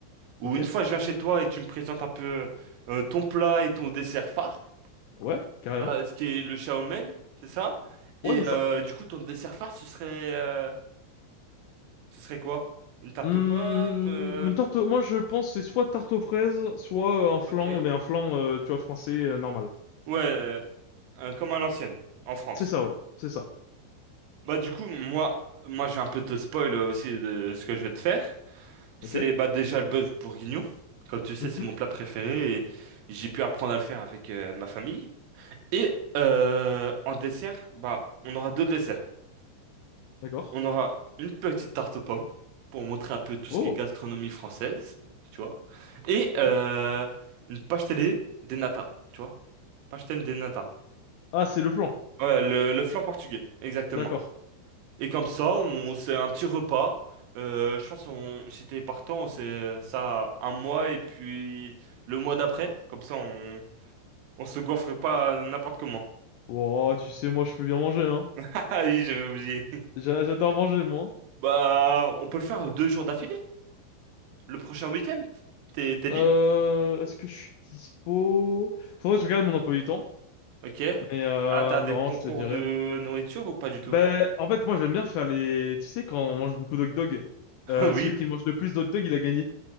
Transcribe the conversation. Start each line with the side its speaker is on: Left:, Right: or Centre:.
Right: Ou
Left: Ok.
Right: une fois, je viens chez toi et tu me présentes un peu euh, ton plat et ton dessert phare,
Left: Ouais, carrément.
Right: Là, ce qui est le chow mein, c'est ça. Et
Left: Ouais, c'est ça.
Right: euh, du coup, ton dessert phare, ce serait, euh, ce serait quoi? Une tarte
Left: Hum,
Right: aux pommes, euh,
Left: une tarte, moi je pense que c'est soit tarte aux fraises, soit euh, un flan,
Right: ok.
Left: mais un flan, euh, tu vois, français, euh, normal.
Right: Ouais, euh, euh, comme à l'ancienne, en France.
Left: C'est ça, ouais. C'est ça.
Right: Bah du coup, moi, moi, je vais un peu te spoil euh, aussi de ce que je vais te faire. C'est
Left: Ok.
Right: bah déjà le bœuf bourguignon. Comme tu sais,
Left: Mhm.
Right: c'est mon plat préféré et j'ai pu apprendre à le faire avec euh, ma famille. Et euh, en dessert, bah on aura deux desserts.
Left: D'accord.
Right: On aura une petite tarte aux pommes pour montrer un peu tout
Left: Oh.
Right: ce qui est gastronomie française, tu vois. Et
Left: Ok.
Right: euh, une pastel des nata, tu vois. Pastel des nata.
Left: Ah, c'est le flan.
Right: Ouais, le, le flan portugais, exactement.
Left: D'accord.
Right: Et comme ça, on c'est un petit repas. Euh, je pense on, si t'es partant, on sait ça un mois et puis le mois d'après. Comme ça, on, on se goiffre pas n'importe comment.
Left: Oh, tu sais, moi, je peux bien manger, hein.
Right: <laughs> Ah oui, j'avais oublié.
Left: J'a- J'adore manger, moi.
Right: Bah, on peut le faire deux jours d'affilée. Le prochain week-end. T'es t'es libre?
Left: Euh, est-ce que je suis dispo? Faudrait que je regarde mon emploi du temps.
Right: Ok.
Left: Mais euh,
Right: Ah, t'as
Left: non,
Right: des concours
Left: je te dirais.
Right: de nourriture ou pas du tout?
Left: Ben, en fait, moi, j'aime bien faire les... Tu sais, quand on mange beaucoup d'hot dog,
Right: <laughs>
Left: euh,
Right: Oui.
Left: celui qui mange le plus d'hot dog, il a gagné.